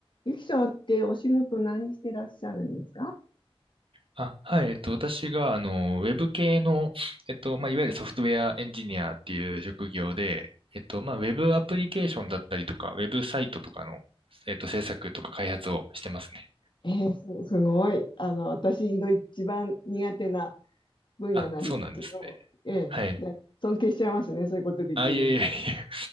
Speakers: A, on the left; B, on the right.
A: ゆきさんってお仕事何してらっしゃるんですか
B: あ、はい、えっと、私が、あの、ウェブ系の、えっと、まあ、いわゆるソフトウェアエンジニアっていう職業で、えっと、まあ、ウェブアプリケーションだったりとか、ウェブサイトとかの、えっと、制作とか開発をしてますね。
A: えー、す、すごい。あの、私の一番苦手な分野なんですけど、
B: あ、そうなんですね。
A: えー、
B: はい。
A: だ尊敬しちゃいますね。そういうことできる人。
B: あ、いえいえいえ、